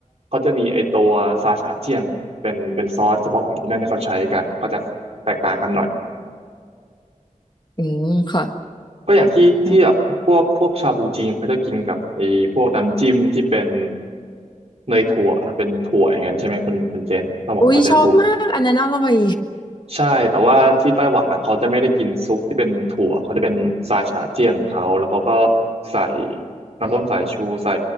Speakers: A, on the right; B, on the left.
A: เขาจะมีไอ้ตัวซาชาเจียงเป็นเป็นซอสเฉพาะของที่นั่นที่เขาใช้กันก็จะแตกต่างกันหน่อย
B: อืมค่ะ
A: ก็อย่างที่ที่แบบพวกพวกชาบูจีนเขาจะกินกับไอ้พวกน้ำจิ้มที่เป็น
B: ครับ
A: เนยถั่วเป็นถั่วอย่างนั้นใช่ไหมคุณคุณเจนถ้าผมเข้าใจถูก
B: อุ้ยชอบมากอันนั้นอร่อย
A: ใช่แต่ว่าที่ไต้หวันนะเขาจะไม่ได้กินซุปที่เป็นถั่วเขาจะเป็นซาชาเจี้ยงของเขาแล้วเขาก็ใส่น้ำส้มสายชูใส่